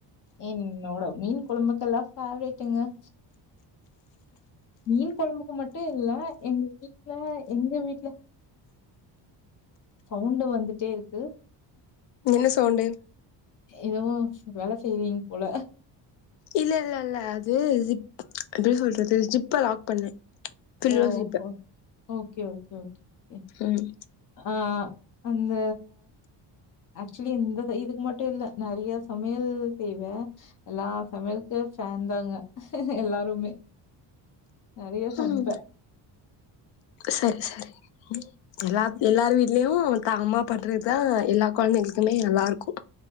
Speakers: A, on the left; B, on the left.
A: என்னோட மீன் கொழபுக்கெல்லா பேவரட்டுங்க மீன் கொழம்புக்கு மட்டும் இல்ல எங்க வீட்ல எங்க வீட்ல சவுண்டு வந்துட்டே இருக்கு
B: என்ன சவுண்டு
A: எதுவும் வேல செய்வீங்க போல
B: இல்ல இல்ல இல்ல அது ஜிப் எப்டி சொல்றது ஜிப் லாக் பண்ணே பில்லோ
A: ஓஹோ
B: ஜிப்ப
A: ஓகே ஓகே ஓகே ஓகே.
B: உம்
A: ஆ அந்த ஆக்சுவலி இந்த இதுக்கு மட்டு இல்ல நெறய சமையல் செய்வே எல்லா சமையலுக்கு ஃபேன் தாங்க எல்லாருமே நெறய சமைப்பே
B: ம் சரி சரி எல்லா எல்லார் வீட்லயு தா அம்மா பண்றதுதா எல்லா கொழந்தைகளுக்குமே நல்லா இருக்கு